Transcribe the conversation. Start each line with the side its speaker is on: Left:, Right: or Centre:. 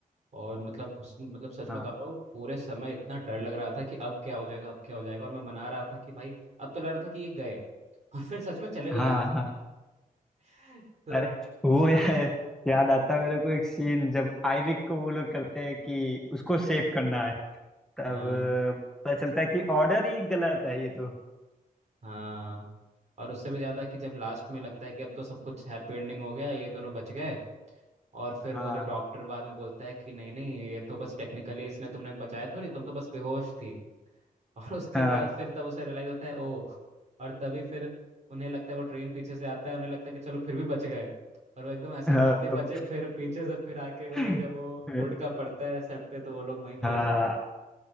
Right: और मतलब उस- मतलब सच बता
Centre: हाँ
Right: रहा हूँ पूरे समय इतना डर लग रहा था कि अब क्या हो जाएगा अब क्या हो जाएगा और मैं मना रहा था कि भाई अब तो लग रहा था कि ये गए <laughs> और फिर सच में चले भी
Centre: हाँ
Right: जा रहे
Centre: हाँ
Right: हैं। <laughs> तो
Centre: अरे वो यार याद आता है मेरे को एक सीन जब आयरिक को वो लोग करते हैं कि उसको सेव करना है तब
Right: हाँ
Centre: अ, पता चलता है कि ऑर्डर ही गलत है ये तो
Right: हाँ और उससे भी ज्यादा कि जब लास्ट में लगता है कि अब तो सब कुछ हैप्पी एंडिंग हो गया ये दोनों बच गए और फिर
Centre: हाँ
Right: वो जो डॉक्टर बाद में बोलता है कि नहीं नहीं ये तो बस टेक्निकली इसने तुमने बचाया थोड़ी तुम तो बस बेहोश थी और उसके
Centre: हाँ
Right: बाद फिर तब उसे रियलाइज होता है ओ और तभी फिर उन्हें लगता है वो ट्रेन पीछे से आता है उन्हें लगता है कि चलो फिर भी बच गए और वो एकदम ऐसे
Centre: हाँ
Right: ही बोलते ही बचे फिर पीछे से फिर आके वो
Centre: <laughs>
Right: जब वो वुड का पड़ता है सर पे तो वो लोग वहीं
Centre: हाँ
Right: पे <laughs>